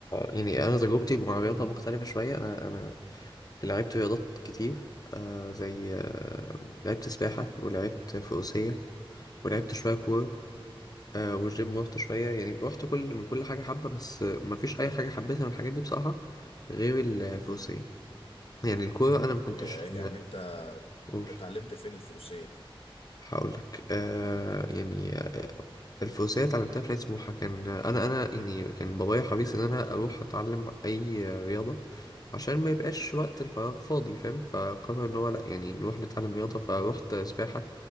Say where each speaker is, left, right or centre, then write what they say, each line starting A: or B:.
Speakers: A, on the left; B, on the left.
A: يعني انا تجربتي مع الرياضة مختلفة شوية انا انا لعبت رياضات كتير آه زي آه لعبت سباحة ولعبت فروسية ولعبت شوية كورة آه والجيم رحت شوية يعني رحت كل من كل حاجة حبة بس آه، ما فيش اي حاجة حبيتها من الحاجات دي بصراحة غير الفروسية يعني الكورة انا ما كنتش
B: يا- يعني انت
A: قول
B: اتعلمت فين الفروسية دي
A: هقول لك آه يعني آه الفروسية اتعلمتها في نادي سموحة كان أنا أنا يعني كان بابايا حريص إن أنا أروح أتعلم أي رياضة عشان ما يبقاش وقت الفراغ فاضي فاهم فقرر إن هو لأ يعني نروح نتعلم رياضة فروحت سباحة